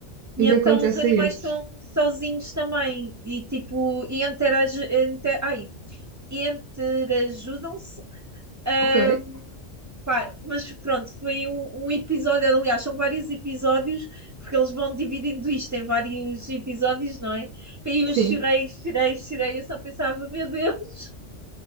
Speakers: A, on the right; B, on the right.
A: e
B: E o que
A: então
B: acontece
A: os animais
B: a esses?
A: estão sozinhos também, e tipo, e interage, inter, ai, interajudam-se, ah,
B: Ok,
A: Pá, mas pronto, foi um, um episódio, aliás, são vários episódios, porque eles vão dividindo isto em vários episódios, não é? E eu
B: sim,
A: chorei, chorei, chorei, eu só pensava, meu Deus,